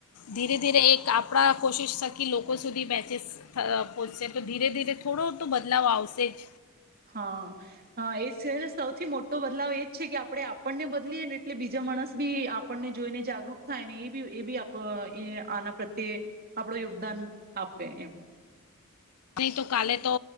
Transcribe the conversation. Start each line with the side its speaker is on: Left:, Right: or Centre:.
Left: ધીરે ધીરે એક આપણા કોશિશ થકી લોકો સુધી મેચસ પહોંચશે તો ધીરે ધીરે થોડો તો બદલાવ આવશે જ
Right: હા હ એ છે સૌથી મોટો બદલાવ એ જ છે કે આપણે આપણને બદલીએ એટલે બીજા માણસ બી આપણને જોઈને જાગૃત થાય ને એ બી એ બી એ આના પ્રત્યે આપણો યોગદાન આપે એમ
Left: નહીં તો કાલે તો